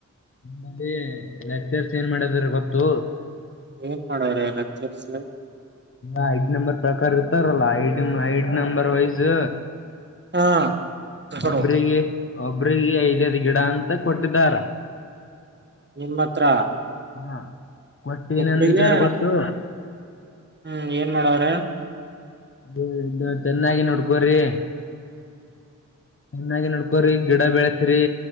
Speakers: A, on the left (about 40°); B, on the right (about 35°).
A: ಮಾಡಿ ಲೆಕ್ಚರ್ಸ್ ಏನ್ ಮಾಡದ್ರ ಗೊತ್ತು.
B: ಏನ್ ಮಾಡೋ್ರ ಲೆಕ್ಚರ್ಸ್.
A: ಐಡ್ ನಂಬರ್ ಪ್ರಕಾರ ಇರ್ತಾರಲ್ಲ ಐ ಐಡ್ ನಂಬರ್ ವೈಸ್.
B: ಹಾ ಕಕಡು
A: ಒಬ್ರಿಗೆ ಒಬ್ರಿಗೆ ಐದದ್ ಗಿಡ ಅಂತ ಕೊಟ್ಟಿದ್ದಾರ.
B: ನಿಮ್ಮ ಹತ್ರ.
A: ಹಾ ಕೊಟ್ಟು ಏನೆಂದಾರ
B: ಒಬ್ರಿಗೆ
A: ಗೊತ್ತು.
B: ಹ್ಮ್ ಏನ್ ಮಾಡವ್ರೇ.
A: ಇ ಚೆನ್ನಾಗಿ ನೋಡ್ಕೋ್ರಿ. ಚೆನ್ನಾಗಿ ನೋಡ್ಕೋರಿ ಗಿಡ ಬೆಳೆಸ್ರರಿ.